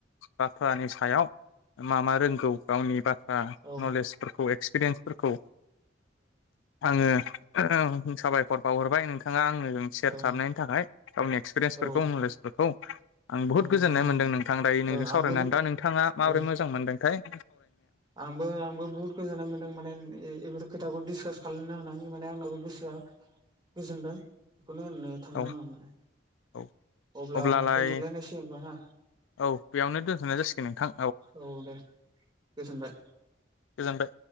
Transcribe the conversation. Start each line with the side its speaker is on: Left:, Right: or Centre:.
Left: बाथ्रानि सायाव मा मा रों गौ गावनि बाथ्रा
Right: औ
Left: नलेजफोरखौ एक्सपिरियेन्सफोरखौ आङो साबायखर बावहरबाय नोंथाङा आंनो जों सेयार
Right: औ
Left: खालामनायनि थाखाय गावनि एक्सपिरियेन्सफोरखौ
Right: औ
Left: नलेजफोरखौ आं बुहुत
Right: ओं
Left: गोजोननाय
Right: ओं
Left: मोन्दों नोंथां दायो नोंजों
Right: ओ आंबो
Left: सावरायनानै दा नोंथाङा माबोरै
Right: ओ
Left: मोजां मोन्दों ऐय
Right: आंबो आंबो बुहुत गोजोननाय मोनदों माने बेफोर खोथाखौ डिसकास खालायनो हानानै‌ माने आंनाबो गोसोआ गोजोनदों बेखौनो होननो थांदों
Left: औ
Right: आं माने
Left: औ
Right: अब्ला
Left: अब्लालाय
Right: दोनथ'लायनोसै होनबा ना
Left: औ बेयावनो दोनथ'नाय जासिगोन नोंथां
Right: औ दे गोजोनबाय।
Left: गोजोनबाय।